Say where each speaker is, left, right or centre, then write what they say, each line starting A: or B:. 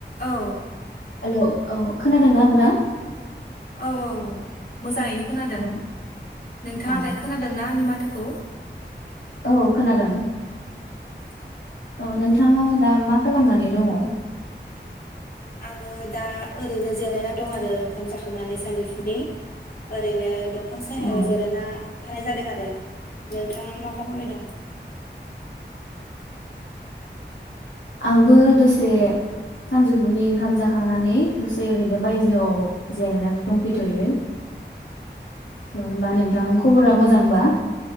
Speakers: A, on the left (about 55°); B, on the left (about 85°).
A: औ।
B: हेलौ औ खोनादोंना नोंथां?
A: औ औ। मोजाङैनो खोनादों
B: औ
A: नोंथाङालाय
B: औ
A: खोनादोंना आंनि माथो? माथोखौ?
B: औ खोनादों।
A: <inaudible>
B: अ नोंथाङा दा मा खालामनानै दङ?
A: आङो दा ओरैनो जिरायना दं आरो ओंखाम जाखांनानै सानजौफुनि ओरैनो बिफां साहायाव
B: औ
A: जेरायना थानाय जादों आरो। नोंथाङा मा खालामबाय दं?
B: आंबो दसे सानजौफुनि ओंखाम जाखांनानै दसे ओरैनो बायजोआव जिरायनानै दंफैथ'यो थ होमबा नोंथां खबरा मोजांबा?